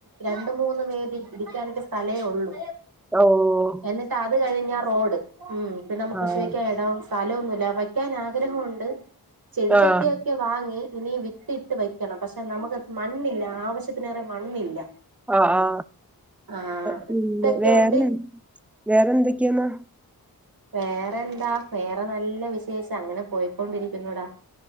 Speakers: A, on the right; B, in the centre.
A: രണ്ട് മൂന്ന് പേര് ഇറിക്കാനൊക്കെ സ്ഥലേ ഉള്ളു
B: ഓഹ്
A: എന്നിട്ട് അത് കഴിഞ്ഞ റോഡ് ഉ പിപ്പെ നമ്മക്ക് കൃഷ
B: ആഹ്
A: വിക്കാ ഇടം സ്ഥലമൊന്നുമല്ല വയ്ക്കാൻ ആഗ്രഹമുണ്ട് ചെടിച്ചട്ടിയൊക്കെ
B: ആഹ്
A: വാങ്ങി ഇനിയ വിത്തിയിട്ട് വെക്കണം പക്ഷെ നമുക്ക് മണ്ണില്ല ആവശ്യ അതിനേറെ മണ്ണില്ല
B: ആ ആ
A: ആ
B: പിന്ന
A: ഇതൊക്കെ
B: വേറെ
A: കൊണ്ട്
B: വേറെന്തൊക്ക ക്കെണ്
A: വേറെ എന്താ വേറെ നല്ല വി ശേഷം അങ്ങനെ പോയിക്കൊണ്ടിരിക്കുന്നുടാ